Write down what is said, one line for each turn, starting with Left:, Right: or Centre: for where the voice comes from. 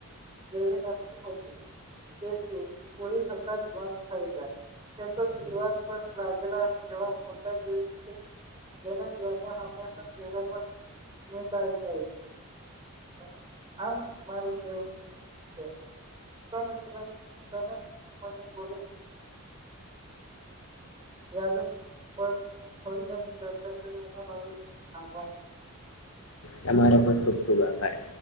Right: જેવી નથી હોતી જે પુર પૂરી થતી તઅત બન થઈ જાય. એમ તો દિવાર પર લાગેલા એવા ફોટા જેવી જ છે જેને જોઈને હંમેશા ચેરા પર સ્મિત આવી જાય છે. અ આમ મારું કેવું છે તો મિત્ર તમે અને બોલે યાદો પર થોળી ઘણી ચર્ચા કરી એનો બઉ આભાર.
Left: તમારો પણ ખૂબ ખૂબ આભાર.